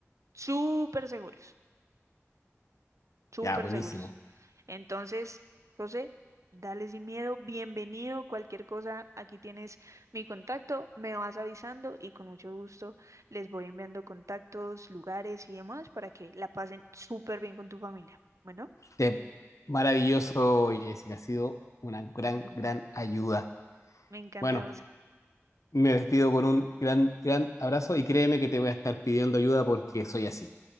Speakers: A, on the right; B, on the left.
A: Súper seguros. súper
B: Ya, buenísimo.
A: seguros. Entonces, José, dale sin miedo, bienvenido, cualquier cosa, aquí tienes mi contacto, me vas avisando y con mucho gusto les voy enviando contactos, lugares y demás para que la pasen súper bien con tu familia. Bueno,
B: Te- maravilloso, Jessica. Ha sido una gran, gran ayuda.
A: me encanta,
B: Bueno,
A: José.
B: Me despido con un gran, gran abrazo y créeme que te voy a estar pidiendo ayuda porque soy así.